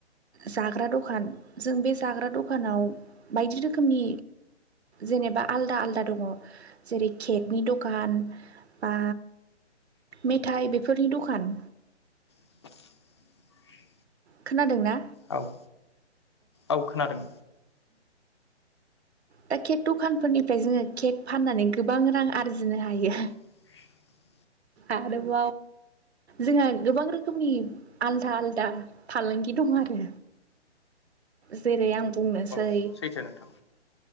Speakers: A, on the right; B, on the left.
A: जाग्रा दखान जों बे जाग्रा दखानाव बायदि रोखोमनि जेनेबा आलदा आलदा दङ जेरै केकनि दखान बा मेथाइ बेफोरनि दखान
B: <inaudible>
A: खोनादों ना
B: औ औ खोनादों
A: दा केक दखानफोरनिफ्राय जोङो केक फाननानै गोबां रां आरजिनो हायो
B: <inaudible>
A: आरोब जोंहा गोबां रोखोमनि आलदा आलदा फालांगि दं आरो जेरै आं बुंनोसै
B: औ सैथो नोंथां